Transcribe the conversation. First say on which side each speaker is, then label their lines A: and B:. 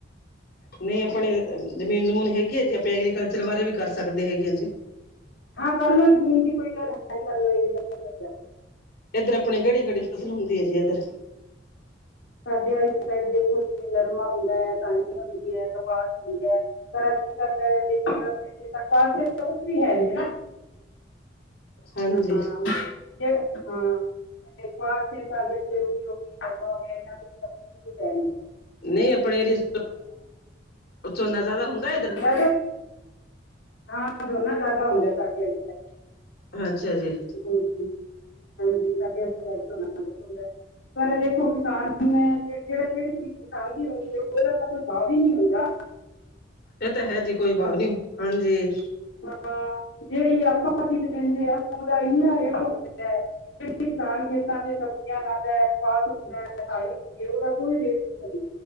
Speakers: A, on the left; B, on the left.
A: ਨਹੀਂ ਆਪਣੇ ਜਮੀਨ ਜਮੂਨ ਹੈਗੀ ਹੈ ਜੀ ਆਪਾਂ ਐਗਰੀਕਲਚਰ ਬਾਰੇ ਵੀ ਕਰ ਸਕਦੇ ਹੈਗੇ ਆ ਜੀ।
B: ਹਾਂ ਕਰ ਲ ਲੋ ਜ਼ਮੀਨ ਦੀ ਕੋਈ ਗੱਲ ਕਰ ਲਓ ਇਹ ਗੱਲ ਕਰ ਲਓ।
A: ਇੱਧਰ ਆਪਣੀ ਕਿਹੜੀ ਕਿਹੜੀ ਫ਼ਸਲ ਹੁੰਦੀ ਹੈ ਜੀ ਇੱਧਰ
B: ਸਾਡ ਵਾਲੀ ਸਾਈਡ ਦੇਖੋ ਜੀ ਨਰਮਾ ਹੁੰਦਾ ਹੈ, ਕਣਕ ਹੁੰਦੀ ਹੈ, ਕਪਾਹ ਹੁੰਦੀ ਹੈ। ਪਰ ਅੱਜ ਕੱਲ ਦੇ ਪਾਸ ਤਾਂ ਕੁਛ ਵੀ ਹੈਗੀ ਨਾ
A: ਹਾਂਜੀ
B: ਹਾਂ ਹਾਂ। ਪਾ ਛ ਸਥ ਹੋ ਗ ਨਮਾ ਹੋ ਗਿਆ ਇਹਨਾਂ ਲੈ
A: ਨਈ ਅਪਣੇ ਏਰੀਏ ਚ ਉਥੋਂ ਝੋਨਾ ਜੈਦਾ ਹੁੰਦਾ ਇਧਰ।
B: ਜ਼ਿਆਦਾ ਹਾਂ, ਝੋਨਾ ਜੈਦਾ ਹੁੰਦਾ ਸਾਡੇ।
A: ਅੱਛਾ ਜੀ।
B: ਹੂੰ, ਹਾਂਜੀ ਸਾਡੇ ਆਲੀ ਪਰ ਦੇਖੋ ਕਿਸਾਨ ਨੇ ਕੇੜਾ ਕੇੜੀ ਚੀਜ਼ ਕਿਸਾਨ ਦੀ ਓਦਾ ਤਾ ਕੋਈ ਸਾ ਵੀ ਨੀ ਔਂਦਾ।
A: ਏ ਤਾਂ ਹੈ ਜੀ ਕੋਈ ਬਾਤ ਨੀ, ਹਾਂਜੀ।
B: ਹਾਂ, ਜੇੜੀ ਆਪਾਂ ਚੀਜ਼ ਲੈਂਦੇ ਆ ਉਦਾ ਇੰਨਾ ਰੇਟ ਹੁੰਦਾ ਹੈ ਜਿਹੜੀ ਕਿਸਾਨ ਖੇਤਾਂ ਤੇ ਸਬਜ਼ੀਆਂ ਲਾਦਾ ਏ <unintelligible> ਹੁੰਦਾ‌ <unintelligible> ਕੋਈ ਰੇਟ ਨਈ।